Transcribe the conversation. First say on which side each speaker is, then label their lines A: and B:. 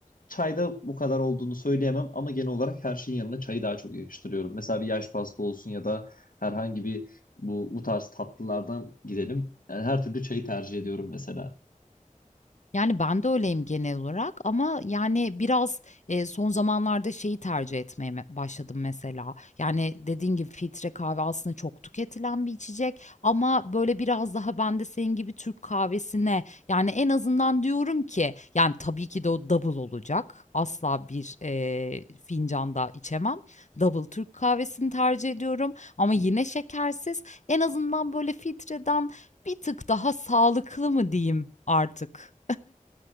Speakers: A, on the left (about 90°); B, on the left (about 60°).
A: Çayda bu kadar olduğunu söyleyemem ama genel olarak her şeyin yanına çayı daha çok yakıştırıyorum. Mesela bir yaş pasta olsun ya da herhangi bir bu, bu tarz tatlılardan gidelim. Yani her türlü çayı tercih ediyorum mesela.
B: Yani ben de öyleyim genel olarak ama yani biraz e, son zamanlarda şeyi tercih etmeye me- başladım mesela. Yani dediğin gibi filtre kahve aslında çok tüketilen bir içecek ama böyle biraz daha ben de senin gibi Türk kahvesine yani en azından diyorum ki yani tabii ki de o double olacak. Asla bir e, fincanda içemem. Double Türk kahvesini tercih ediyorum ama yine şekersiz. En azından böyle filtreden bir tık daha sağlıklı mı diyeyim artık?